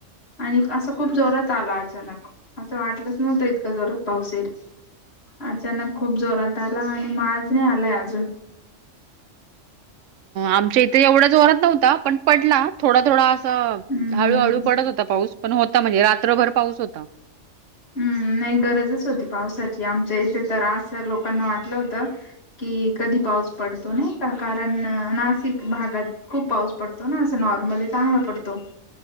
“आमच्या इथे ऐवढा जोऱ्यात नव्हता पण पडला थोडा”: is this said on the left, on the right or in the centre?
Right